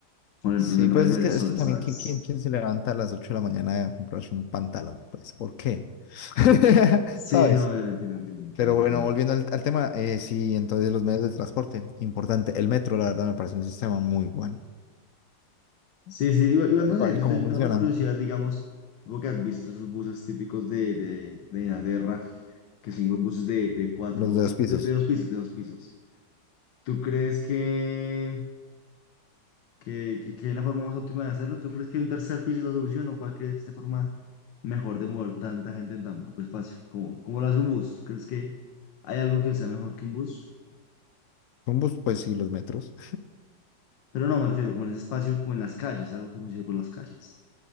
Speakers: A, on the left; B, on the left.
A: con el
B: Sí,
A: primer
B: pues
A: rayo
B: es
A: del
B: que, es
A: sol,
B: que también,
A: ¿sabes?
B: ¿quién, quién, quién se levanta a las 8 de la mañana a comprarse un pantalón? Pues, ¿por qué? <laughs>
A: Sí,
B: ¿Sabes?
A: no, entiendo, entiendo, entiendo,
B: Pero
A: es verdad.
B: bueno, volviendo al, al tema, eh, sí, entonces los medios de transporte, importante. El metro, la verdad, me parece un sistema muy bueno.
A: Sí, sí, igual, igual, no
B: El, co-
A: sé,
B: el
A: yo,
B: cómo
A: te- yo
B: funcionan
A: tengo la curiosidad, digamos, supongo que has visto esos buses típicos de, de, de Inglaterra, que son los buses de, de cuatro,
B: los de los pisos.
A: de, de dos pisos, de dos pisos. ¿Tú crees que, que, que, que hay una forma más óptima de hacerlo? ¿Tú crees que un tercer piso es la solución o cuál crees que es la forma mejor de mover tanta gente en tan poco espacio? ¿Cómo, cómo lo hace un bus? ¿Crees que hay algo que sea mejor que un bus?
B: Son bus, pues sí, los metros.
A: Pero no, me refiero como en ese espacio, como en las calles, algo que funcione por las calles.